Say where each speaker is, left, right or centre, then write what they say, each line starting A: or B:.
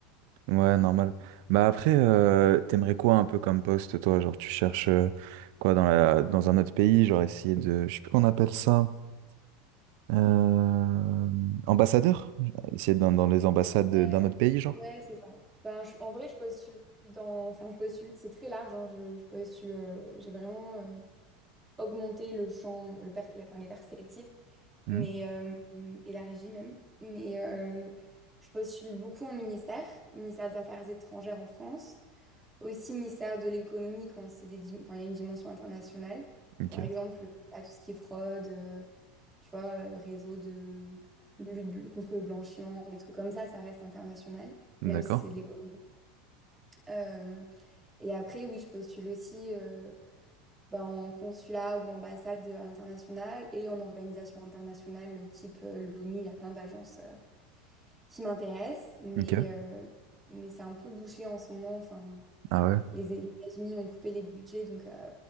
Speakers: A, on the right; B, on the right.
A: Ouais, normal. Bah après, euh, t'aimerais quoi un peu comme poste, toi? Genre, tu cherches euh, quoi dans la, dans un autre pays? Genre, essayer de, je sais plus qu'on appelle ça, euh, ambassadeur? Essayer d'être dans, dans les ambassades
B: Ouais,
A: de- d'un autre pays, genre?
B: ouais, c'est ça. Ben, je- en vrai, je postule dans. Enfin, je postule. C'est très large. hein, je, je postule. euh, J'ai vraiment euh, augmenté le champ, le per- les- enfin, les perspectives,
A: Mhm.
B: mais euh, et la régie même. Mais euh, je postule beaucoup en ministère, ministère des Affaires étrangères en France. Aussi ministère de l'économie quand c'est des, dim- enfin, il y a une dimension internationale.
A: Ok,
B: Par exemple, à tout ce qui est fraude, euh, tu vois, euh, réseau de lutte bl- contre le blanchiment, des trucs comme ça, ça reste international,
A: d'accord.
B: même si c'est de l'économie. Euh, et après, oui, je postule aussi euh, bah, en consulat ou ambassade à l'international et en organisation internationale euh, type euh, l'ONU. Il y a plein d'agences euh, qui m'intéressent, mais,
A: Ok.
B: euh, mais c'est un peu bouché en ce moment. Enfin,
A: Ah ouais.
B: Les, les États-Unis ont coupé les budgets, donc euh,